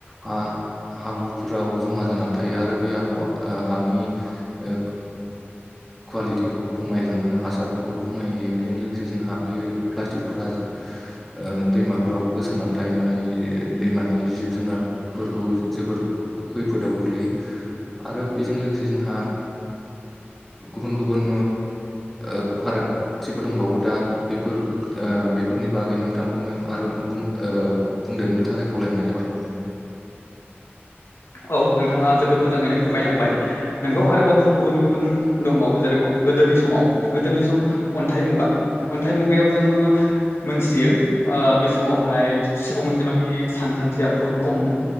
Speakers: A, in the centre; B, on the left (about 70°).
A: हा हाब्रुफोराव जमा जानानै थायो आरो बे हानि ओ कुवालिटिखौ खमायलाङो हासारखौ खमायहैयो बेजों लोगोसे जोंहा बियो प्लास्टिकफोरा ओ दैमाफ्राव गोसानानै थायनानै दैमानि जिब जुनारफोरखौ जोबोर खैफोदाव गोग्लैयो आरो बेजों लोगोसे जोंहा गुबुन गुबुन ओ फाराग थिबो दंबावो दा बेफोर बेफोरनि बागै नोंथांखौनो आरो बुं बुंदेरनो थाखाय खावलायहरनाय जाबाय
B: औ नोंथाङा जोबोद मोजाङैनो फोरमायलांबाय नोंगौ आरोबाव बहुत गुबुन गुबुन दंबावो जेरेखम गोदोनि समाव गोदोनि सम अन्थाइ मुगा अन्थाइ मुगायाव जोङो मोनथियो बे समावहाय सुबुं अनजिमानि सानखान्थिया बुहुत खममोन